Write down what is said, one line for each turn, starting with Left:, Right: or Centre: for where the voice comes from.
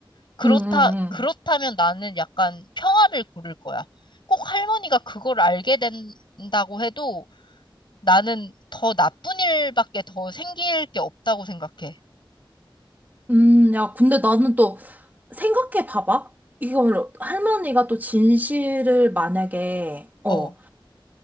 Left: 그렇다,
Right: 응, 응, 응.
Left: 그렇다면 나는 약간 평화를 고를 거야. 꼭 할머니가 그걸 알게 된다고 해도 나는 더 나쁜 일밖에 더 생길 게 없다고 생각해.
Right: 음, 야, 근데 나는 또 생각해 봐봐. 이걸 할머니가 또 진실을 만약에, 어,
Left: 어.